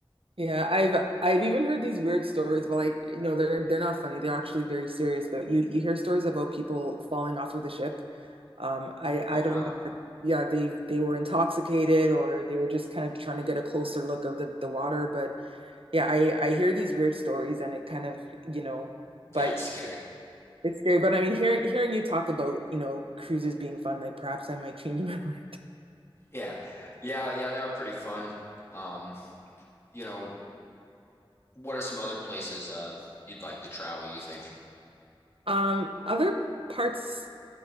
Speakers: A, on the right; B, on the left.
A: Yeah, I've I've even heard these weird stories, but like, you know, they're they're not funny. They're actually very serious, but you you hear stories about people falling off of the ship Um, I
B: Oh
A: I
B: wow.
A: don't know. if it- Yeah, they they were intoxicated or they were just kind of trying to get a closer look of the the water. But yeah, I I hear these weird stories and it kind of, you know, but
B: Yeah, it's scary.
A: it's scary. But I mean, hearing hearing you talk about, you know, cruises being fun, like perhaps I might change my <laughs> mind.
B: Yeah. Yeah, yeah, they are pretty fun. Um, you know, what are some other places uh, you'd like to travel, you think?
A: Um, other parts